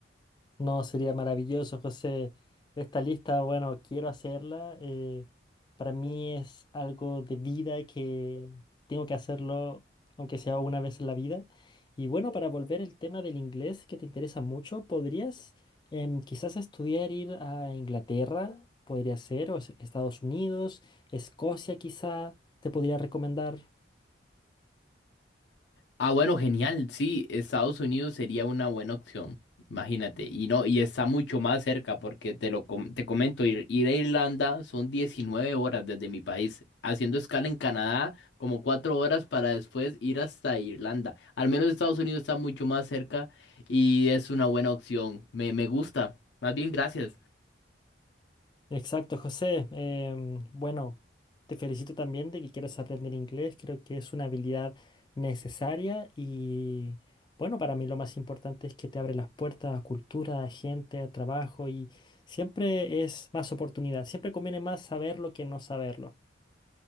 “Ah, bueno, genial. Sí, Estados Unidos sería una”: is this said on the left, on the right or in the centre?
Left